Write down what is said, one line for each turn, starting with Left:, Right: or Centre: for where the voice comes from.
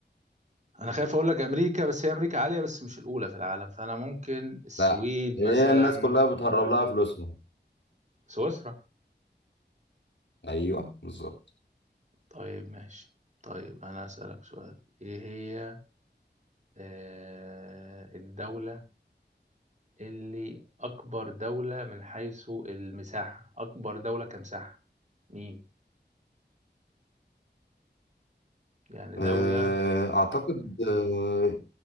Right: أنا خايف أقول لك أمريكا بس هي أمريكا عالية بس مش الأولى في العالم فأنا ممكن السويد
Left: لا هي
Right: مثلا
Left: الناس كلها بتهرب لها فلوسها
Right: سويسرا
Left: أيوه بالظبط
Right: طيب ماشي طيب أنا أسألك سؤال إيه هي آه الدولة اللي أكبر دولة من حيث المساحة أكبر دولة كمساحة مين يعني
Left: آه
Right: دولة ف...
Left: أعتقد آه